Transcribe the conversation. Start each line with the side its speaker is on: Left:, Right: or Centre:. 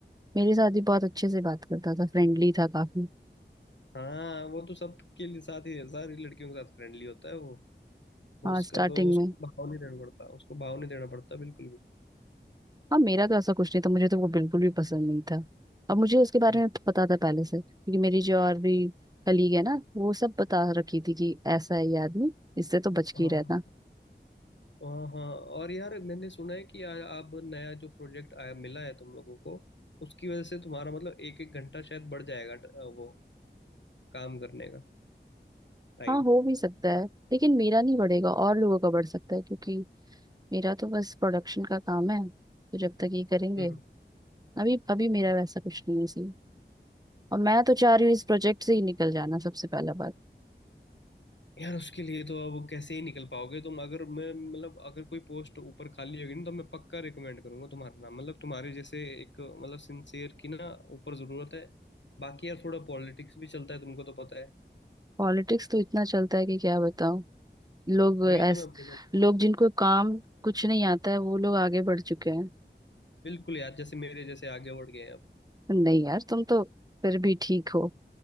Right: मेरे साथ भी बहुत अच्छे से बात करता था फ्रेंडली था काफी
Left: हाँ वो तो सबके लिए साथ ही सारी लड़कियों के साथ फ्रेंडली होता है वो वो
Right: हाँ
Left: उसका
Right: स्टार्टिंग
Left: तो उसको
Right: में
Left: भाव नहीं देना पड़ता उसको भाव नहीं देना पड़ता बिल्कुल भी
Right: हाँ मेरा तो ऐसा कुछ नहीं था मुझे तो वो बिल्कुल भी पसंद नहीं था अब मुझे उसके
Left: हम्म।
Right: बारे में पता था पहले से क्योंकि मेरी जो और भी कलीग है ना वो सब बता रखी थी कि ऐसा है ये आदमी इससे तो बच के
Left: हाँ
Right: ही रहना
Left: हाँ हाँ और यार मैंने सुना है कि आ- अब नया जो प्रोजेक्ट आया मिला है तुम लोगों को उसकी वजह से तुम्हारा मतलब एक एक घंटा शायद बढ़ जाएगा ट- वो काम करने का टाइम
Right: हाँ हो भी सकता है लेकिन मेरा नहीं बढ़ेगा और लोगों का बढ़ सकता है क्योंकि मेरा तो बस प्रोडक्शन का काम है तो जब तक ये करेंगे
Left: हम्म
Right: अभी अभी मेरा वैसा कुछ नहीं है सीन और मैं तो चाह रही हूँ इस प्रोजेक्ट से ही निकल जाना सबसे पहला बात
Left: यार उसके लिए तो अब कैसे ही निकल पाओगे तुम अगर मैं मतलब अगर कोई पोस्ट ऊपर खाली होगी ना तो मैं पक्का रिकमेंड करूंगा तुम्हारा नाम मतलब तुम्हारे जैसे एक मतलब सिंसियर की ना ऊपर जरूरत है बाकी यार थोड़ा पॉलिटिक्स भी चलता है तुमको तो पता है
Right: पॉलिटिक्स तो इतना चलता है कि क्या बताऊँ लोग ऐस
Left: वही तो मैं बोल रहा हूँ
Right: लोग जिनको काम कुछ नहीं आता है वो लोग आगे बढ़ चुके हैं
Left: बिल्कुल यार जैसे मेरे जैसे आगे बढ़ गए हैं
Right: नहीं यार तुम तो फिर भी ठीक हो